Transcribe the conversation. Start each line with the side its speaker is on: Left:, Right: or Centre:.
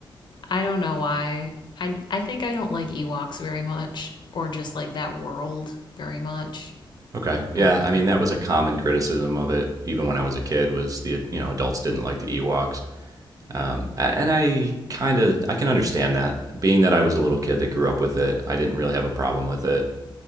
Left: I don't know why. I I think I don't like Ewoks very much, or just like that world very much.
Right: Okay. Yeah.
Left: I don't know.
Right: I mean, that was a common criticism of it, even when I was a kid, was the, you know, adults didn't like the Ewoks. Um, and I kind of I can understand that, being that I was a little kid that grew up with it. I didn't really have a problem with it,